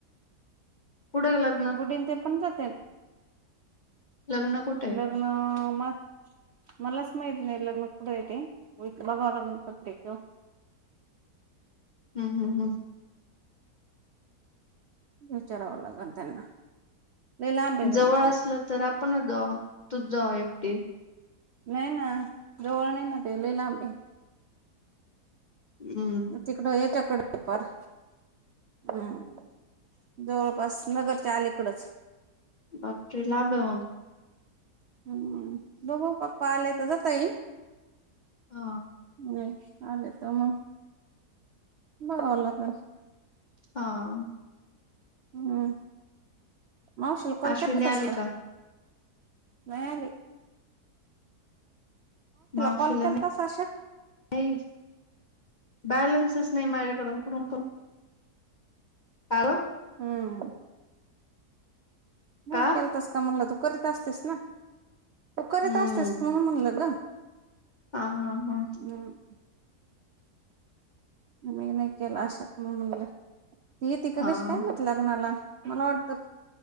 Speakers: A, on the left; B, on the right.
A: कुडे मग?
B: गुडी न ते तुमच्या <unintelligible>
A: लग्न कुठेए?
B: आं मग? मलाच माहित नाही लग्न कुठे आहे ते. बघाव लागल पत्रिका.
A: हम् हम् हम.
B: विचारावं लागेल त्यांना लय लांब आहे जण
A: जवळ
B: पण
A: असलं तर आपणच जाऊ तू जा एकटी
B: नाही ना जवळ नाय ना ते लय लांब आहे
A: हम्म.
B: आहे तिकडं हेच्याकडे प <unintelligible> हम्म जवळपास नगरच्या आलीकडंच
A: <unintelligible>
B: हम्म बघू पप्पा आले तर जाता येईल
A: हा.
B: हम्म आले तर मग बघवल तर
A: हा.
B: हम्म. मावशील कॉल
A: अश्विनी
B: केलतास
A: आली
B: का? नाय आली
A: मावशीला
B: कॉल केलतास
A: नाही
B: आशा
A: बॅलेंसच नाही माझ्याकडून कुठून करू? काल
B: हम्म. नाही
A: का
B: केलतस का म्हणलं तू करीत असतेस ना तू करीत
A: हम्म
B: असतेस म्हणून म्हणलं ग
A: हा हा हा.
B: हम्म. मी नाही केला अशा म्हणून म्हणलं ती येती
A: हा
B: का कशी काय म्हटलं <unintelligible> मला वाटत